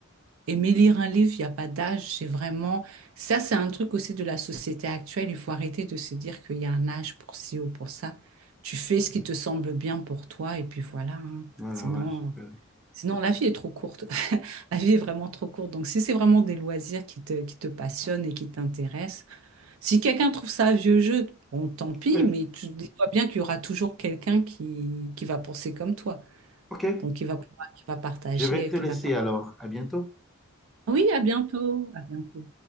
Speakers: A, on the right; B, in the centre.
A: Aimer lire un livre, il n'y a pas d'âge, c'est vraiment... Ça, c'est un truc aussi de la société actuelle. Il faut arrêter de se dire qu'il y a un âge pour ci ou pour ça. Tu fais ce qui te semble bien pour toi et puis voilà. hein.
B: Voilà,
A: Sinon,
B: ouais, super.
A: sinon, la vie est trop courte. <laughs> La vie est vraiment trop courte. Donc, si c'est vraiment des loisirs qui te, qui te passionnent et qui t'intéressent, si quelqu'un trouve ça un vieux jeu, bon, tant pis,
B: Ouais,
A: mais tu dis-toi bien qu'il y aura toujours quelqu'un qui, qui va penser comme toi.
B: ok.
A: Donc, qui va, pouvoir- qui va partager,
B: Je vais te
A: qui
B: laisser
A: va partager.
B: alors. À bientôt.
A: Oui, à bientôt. À bientôt.